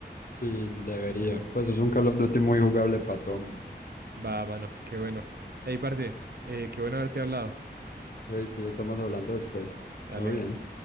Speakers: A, on the left; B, on the right.
A: Sí, debería. Pues es un Call of Duty muy jugable para todo el mundo.
B: Va, mano, qué bueno. Ey, parce, eh, qué bueno haberte hablado.
A: Y ahí sí, estamos hablando después.
B: Dale.
A: Todo bien.